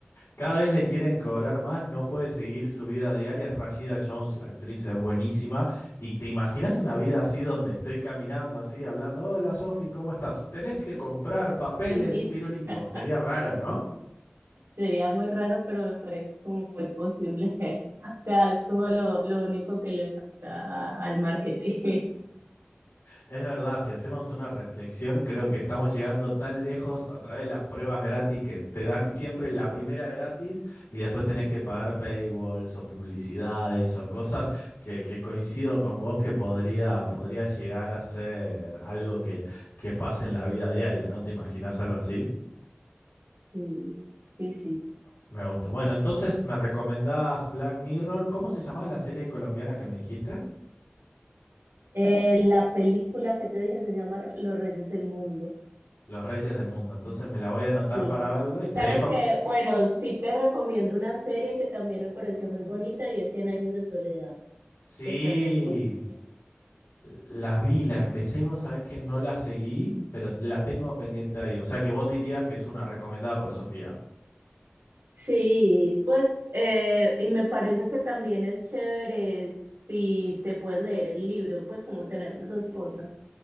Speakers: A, on the left; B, on the right.
A: Cada vez le quieren cobrar más, no puede seguir su vida diaria. Es Rashida Jones, la actriz es buenísima. Y te imaginas una vida así donde estoy caminando así, hablando, hola Sofi, ¿cómo estás? Tenés que comprar papeles,
B: Y- y-
A: pirulito. Sería
B: <laughs>
A: raro, ¿no?
B: sería muy raro, pero me parece como muy posible. <laughs> O sea, es como lo, lo único que le falta a- al marketing. <laughs>
A: Es verdad, si hacemos una reflexión, creo que estamos llegando tan lejos a través de las pruebas gratis que te dan siempre la primera gratis y después tenés que pagar paywalls o publicidades o cosas que, que coincido con vos que podría, podría llegar a ser algo que, que pase en la vida diaria, ¿no? ¿Te imaginás algo así?
B: Sí, sí, sí.
A: Me gusta. Bueno, entonces me recomendás Black Mirror. ¿Cómo se llamaba la serie colombiana que me dijiste?
B: Eh, la película que te dije se llama Los Reyes del Mundo.
A: Los Reyes del Mundo. Entonces me la voy a anotar
B: Sí,
A: para verlo y te
B: claro
A: dejo.
B: que, bueno, sí te recomiendo una serie que también me pareció muy bonita y es Cien Años de Soledad,
A: Sí,
B: que está en Netflix también.
A: la vi, la empecé y vos sabés que no la seguí, pero la tengo pendiente ahí. O sea que vos dirías que es una recomendada por Sofía.
B: Sí, pues, eh, y me parece que también es chévere si te puedes leer el libro, pues como tener las dos cosas.